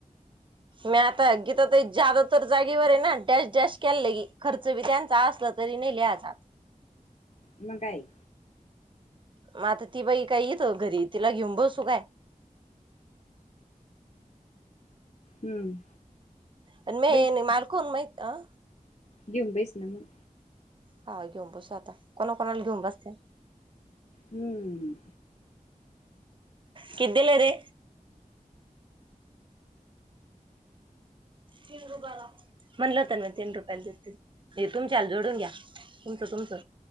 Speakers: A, on the right; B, on the left.
A: म्या आता गीता ताई ज्यादातर जागेवर आहे ना. डॅशडॅश केलंय खर्च संविधानाचा असलं तरी न लिहायचा आता.
B: मग काय?
A: मग आता ती बाई काही इथं घरी, तिला घेऊन बसू काय?
B: हम्म.
A: आणि मे
B: बैस
A: आणि मालकोनू मै. आं.
B: घेऊन बैस ना मग.
A: हा घेऊन बसू आता, कोणा कोणाला घेऊन बसत्या?
B: हम्म.
A: किती दिलं रे? तीन रुपयाला. म्हणलं होतं ना तीन रुपयाला देतील. हे तुमच्याला जोडून घ्या तुमचं तुमचं.